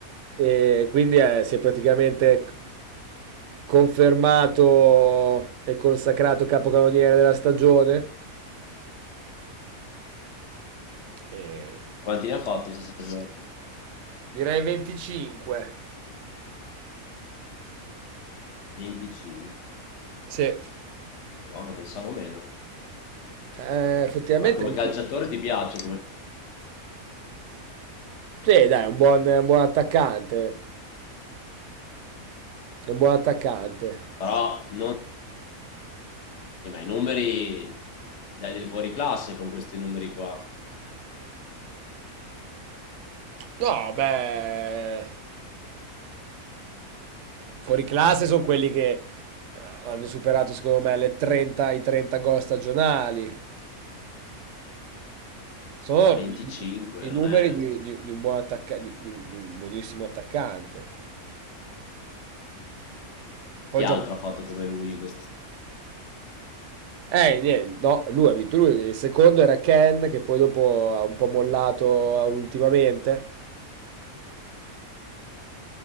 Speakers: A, on the right (about 65°); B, on the left (about 60°).
A: e quindi eh, si è praticamente Confermato e consacrato capocannoniere della stagione? E...
B: Quanti ne ha fatti in 60 giorni?
A: Direi 25.
B: 25.
A: Sì,
B: Madonna, pensavo meno.
A: Eh, effettivamente
B: Ma come
A: anch'io.
B: calciatore ti piace, come-
A: Sì, dai, è un buon, un buon attaccante. È un buon attaccante.
B: però non... eh, ma i numeri dai del fuori classe con questi numeri qua.
A: No, beh, fuori classe sono quelli che eh, hanno superato, secondo me, le 30, i 30 gol stagionali. Sono
B: Beh, 25,
A: i, i
B: non
A: numeri
B: è...
A: di, di- di un buon attacca- di, di un, di un buonissimo attaccante. Poi
B: Chi altro
A: gioca,
B: ha fatto come lui questa stagione?
A: Eh, niente, no, lui ha vinto lui, il secondo era Ken che poi dopo ha un po' mollato ultimamente,